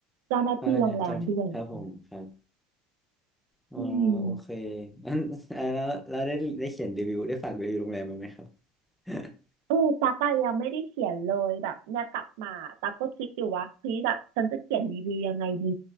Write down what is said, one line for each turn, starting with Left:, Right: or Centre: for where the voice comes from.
Right: เจ้าหน้าที่โรงแรมด้วยแบบเนี้ย
Centre: พนักงานเจ้าที่ครับผมครับอ๋อโอเค
Right: อืม
Centre: <laughs> งั้นเอ่อแล้วแล้วได้ได้เขียนรีวิวได้ฝากรีวิวโรงแรมไว้ไหมครับ <laughs>
Right: เออตั๊กอะยังไม่ได้เขียนเลยแบบเนี่ยกลับมาตั๊กก็คิดอยู่ว่าเฮ้ยแบบฉันจะเขียนรีวิวยังไงดี